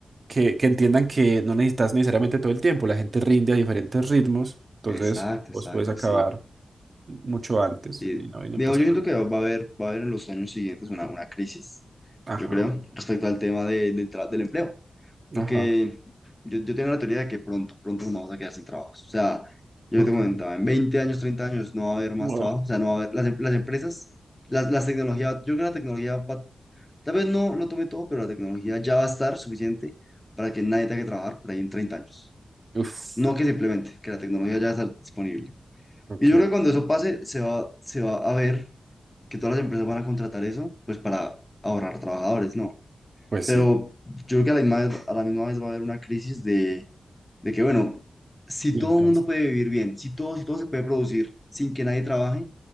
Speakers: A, on the right; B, on the left.
A: que, que entiendan que no necesitas necesariamente todo el tiempo, la gente rinde a diferentes ritmos, entonces
B: Exacto,
A: vos
B: exacto,
A: puedes acabar
B: sí.
A: mucho antes
B: Sí,
A: y no, y no
B: digamos,
A: pasa
B: yo siento
A: nada.
B: que va a haber, va a haber en los años siguientes una, una crisis,
A: Ajá,
B: yo creo, respecto al tema de- del, tra- del empleo, porque
A: ajá.
B: yo, yo tengo la teoría de que pronto, pronto nos vamos a quedar sin trabajos. O sea, yo
A: Ok,
B: te comentaba, en 20 años, 30 años no va a haber más
A: wow.
B: trabajo, o sea, no va a haber, las, em- las empresas, las, las tecnologías, yo creo que la tecnología va, tal vez no lo tome todo, pero la tecnología ya va a estar suficiente para que nadie tenga que trabajar por ahí en 30 años.
A: Uf,
B: No que simplemente, que la tecnología ya va a estar disponible.
A: ok,
B: Y yo creo que cuando eso pase, se va, se va a ver que todas las empresas van a contratar eso, pues para ahorrar trabajadores, ¿no?
A: pues
B: Pero
A: sí.
B: yo creo que a la misma vez, a la misma vez va a haber una crisis de, de que, bueno, si
A: y
B: todo
A: entonces
B: el mundo puede vivir bien, si todo, si todo se puede producir sin que nadie trabaje,